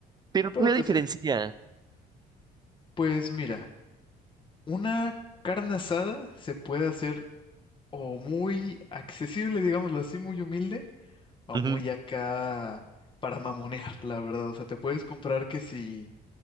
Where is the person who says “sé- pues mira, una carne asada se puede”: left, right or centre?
Left